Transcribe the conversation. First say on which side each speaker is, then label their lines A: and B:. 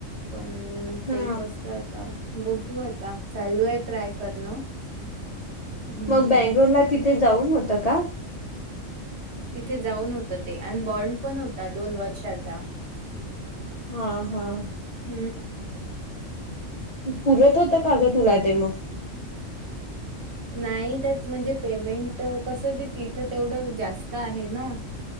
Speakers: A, on the right; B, on the left.
A: पण. हम
B: हा.
A: ते कसं आता बघू आता चालू आहे ट्राय करणं हम्म
B: मग बेंगळुरला तिथे जाऊन होतं का
A: तथे जाऊन होत ते आणि बॉन्ड पण होता दोन वर्षाचा
B: हा हा
A: हम्म
B: पुरत होत काग तुला ते मग
A: नाही त्यात म्हणजे पेमेंट कसं ते तिथं तेवढं जास्त आहे ना